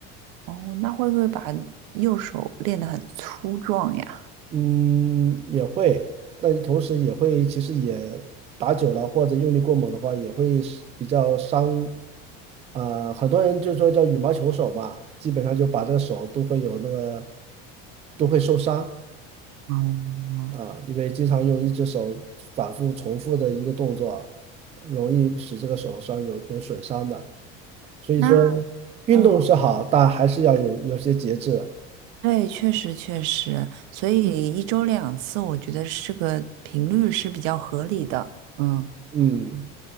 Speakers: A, on the right; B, on the right.
A: 哦，那会不会把右手练得很粗壮呀？
B: 嗯，也会，但同时也会，其实也打久了或者用力过猛的话，也会是比较伤。呃，很多人就说叫羽毛球手嘛，基本上就把这个手都会有那个都会受伤
A: 嗯，
B: 啊，因为经常用一只手反复重复的一个动作，容易使这个手上有有损伤的。所以说，
A: 那
B: 哦运动是好，
A: 嗯，
B: 但还是要有有些节制。
A: 对，确实确实，所以一周两次，我觉得是个频率是比较合理的。嗯，
B: 嗯。